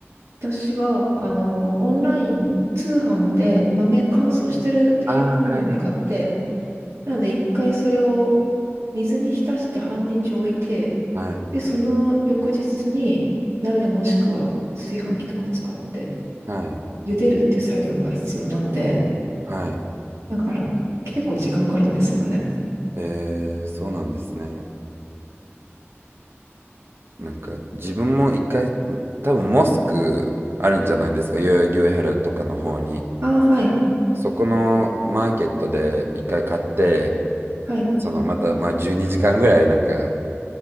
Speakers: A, on the right; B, on the right.
A: 私は、あの、オンライン通販で豆、乾燥してるひよこ豆買って、
B: ああー、はいはい。
A: なので一回それを水に浸して半日置いて、
B: はい、
A: で、その翌日に鍋もしくは炊飯器とか使って
B: はい、
A: 茹でるっていう作業が必要なので、
B: はい。
A: だから結構時間かかるんですよね。
B: えー、そうなんですね。なんか自分も一回多分モスクあるんじゃないですか代々木上原とかの方に
A: ああ、はい。
B: そこのマーケットで一回買って
A: はい。
B: そのまたまあ12時間ぐらいなんか